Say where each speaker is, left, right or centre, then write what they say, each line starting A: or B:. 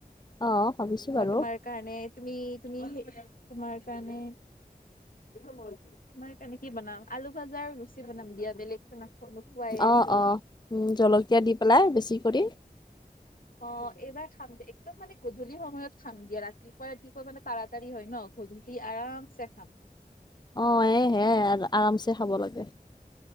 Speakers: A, on the left; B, on the left.
A: অ ভাবিছো
B: মই
A: বাৰু
B: তোমাৰ- কাৰণে তুমি তুমি তোমাৰ কাৰণে- তোমাৰ কাৰণে কি বনাম, আলু ভাজা আৰু লুচি বনাম দিয়া। বেলেগ- নাখ-নোখোৱায়ে
A: অ অ উম জলকীয়া দি পেলাই বেছি কৰি
B: <unintelligible> অঁঊ এইবাৰ খাম দে, একদম মানে গধূলি সময়ত খাম দিয়া ৰাতি- ৰাতিপুৱা ৰাতিপুৱা মানে তাৰা-তাৰী হয় ন' গধূলি আৰাম চে খাম।
A: অঁ' এ সেয়াই, আৰামছে খাব লাগে।